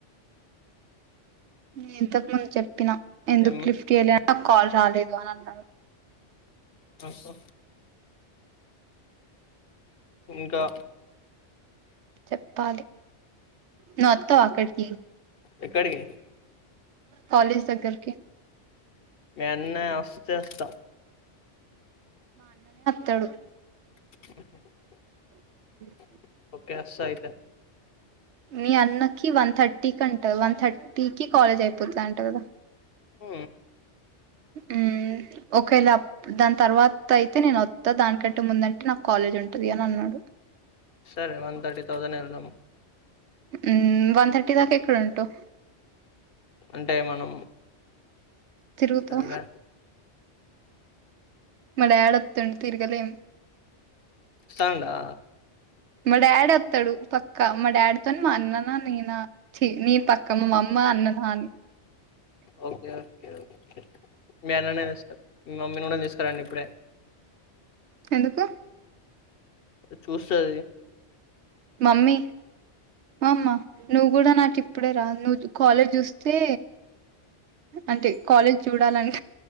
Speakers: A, on the right; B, on the left.
A: నే ఇంతకు ముందు చెప్పినా ఎందుకు
B: ఏం
A: లిఫ్ జెయ్యలే నాక్ కాల్ రాలేదు అని అన్నారు
B: తస్సు ఇంకా
A: చెప్పాలి నువ్వు అత్తవా అక్కడికి
B: ఎక్కడికి
A: కాలేజ్ దగ్గరికి
B: మీ అన్నయ్య వస్తే వొస్తా
A: తడు
B: <unintelligible>
A: <unintelligible>
B: ఒకే అస్తా అయితే
A: మీ అన్నకి వన్ థర్టీ కంట వన్ థర్టీకిి కాలేజ్ అయిపోతుదంట గదా
B: ఊ
A: ఊ ఒకవేళ అప్ దాని తర్వాత్ అయితే నేన్ వొత్తా దానికంటే ముందంటేషనాకు కాలేజ్ ఉంటుది అని అన్నాడు
B: సరే వన్ థర్టీ థౌసన్ ఎళ్దాము
A: ఉమ్ వన్ థర్టీ దాకా ఎక్కడుంటవ్
B: అంటే మనం
A: తిరుగుతూ
B: సరే
A: మా డాడ్ ఒత్తుండు తిరగలేం
B: స్సాండా
A: మా డాడి ఒత్తడు పక్కా మా డాడితోని మా అన్ననా నేనా ఛీ నేను పక్క మా మమ్ మా‌ అన్న నా అని
B: ఓకే ఓకే ఓక్కే మీ అన్న నే వేస్తా మీ మమ్మిని గూనా తీస్కురాండి ఇప్పుడే
A: ఎందుకు
B: చూస్తది.
A: మమ్మీ! మా అమ్మా నువ్వు గుడా నాకు ఇప్పుడే రా నువ్వు కాలేజ్ జూస్తే అంటే కాలేజ్ చూడాలని